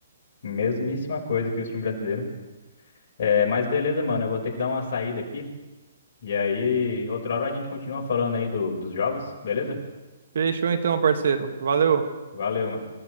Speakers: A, on the left; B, on the right.
A: Mesmíssima coisa que os times brasileiros. É, mas beleza, mano. Eu vou ter que dar uma saída aqui. E aí, outra hora a gente continua falando aí do, dos jogos, beleza?
B: Fechou então, parceiro. Valeu.
A: Valeu, mano.